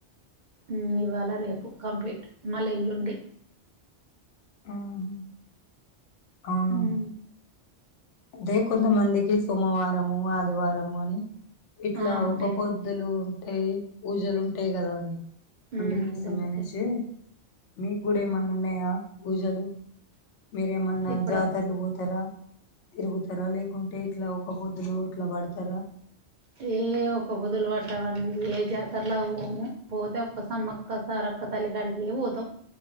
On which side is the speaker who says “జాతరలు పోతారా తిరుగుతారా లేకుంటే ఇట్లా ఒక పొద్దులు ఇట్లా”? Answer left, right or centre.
Left